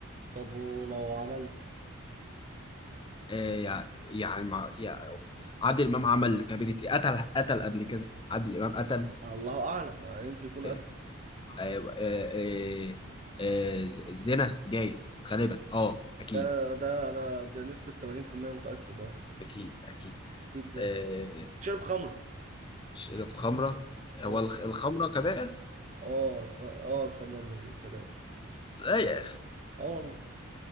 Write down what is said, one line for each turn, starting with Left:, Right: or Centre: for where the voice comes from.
Right: طب ولو عملت
Left: آه، يعني مع يعني عادل امام عمل كبيرة إيه؟ قتل قتل قبل كده عادل امام قتل
Right: الله اعلم ما يمكن يكون
Left: آه،
Right: قتل
Left: آه، آه، آه، زنا جايز غالبا اه اكيد
Right: ده ده انا بنسبه 80% متاكد اه
Left: اكيد اكيد
Right: اكيد زنا
Left: آه،
Right: شرب خمره
Left: شرب خمره
Right: اه
Left: هو الخ- الخمره كبائر
Right: اه الخ... اه الخمره من الكبائر
Left: لا يا اخي
Right: اه والله